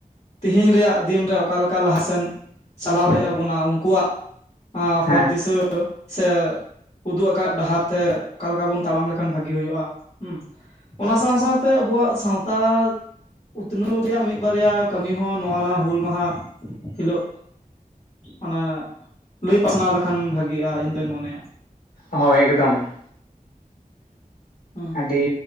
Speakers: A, on the left; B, on the left.
A: ᱛᱮᱦᱤᱧ ᱨᱮᱭᱟᱜ ᱫᱤᱱ ᱨᱮ ᱚᱠᱟ ᱞᱮᱠᱟ ᱞᱟᱦᱟ ᱥᱮᱱ ᱪᱟᱞᱟᱣ ᱦᱮᱡ ᱵᱚᱱᱟ ᱩᱱᱠᱩᱣᱟᱜ
B: ᱦᱮᱸ
A: ᱦᱚᱨ ᱫᱤᱥᱟᱹ ᱥᱮ ᱩᱫᱩᱜ ᱟᱠᱟᱫ ᱰᱟᱦᱟᱨ ᱛᱮ ᱚᱠᱟ ᱞᱮᱠᱟ ᱵᱚᱱ ᱛᱟᱲᱟᱢ ᱞᱮᱠᱷᱟᱱ ᱵᱷᱟᱹᱜᱤ ᱦᱩᱭᱩᱜᱼᱟ ᱦᱩᱸ᱾ ᱚᱱᱟ ᱥᱟᱶ ᱥᱟᱶᱛᱮ ᱟᱵᱚᱣᱟᱜ ᱥᱟᱶᱛᱟ ᱩᱛᱱᱟᱹᱣ ᱨᱮᱭᱟᱜ ᱢᱤᱫ ᱵᱟᱨᱭᱟ ᱠᱟᱹᱢᱤ ᱦᱚᱸ ᱱᱚᱣᱟ ᱱᱟ ᱦᱩᱞ ᱢᱟᱦᱟ ᱦᱤᱞᱚᱜ ᱚᱱᱟ ᱞᱟᱹᱭ ᱯᱟᱥᱱᱟᱣ ᱞᱮᱠᱷᱟᱱ ᱵᱷᱟᱜᱤᱜᱼᱟ ᱤᱧ ᱫᱩᱧ ᱢᱚᱱᱮᱭᱟ ᱾
B: ᱦᱚᱭ ᱮᱠᱫᱚᱢ ᱾
A: ᱦᱩᱸ
B: ᱟᱹᱰᱤ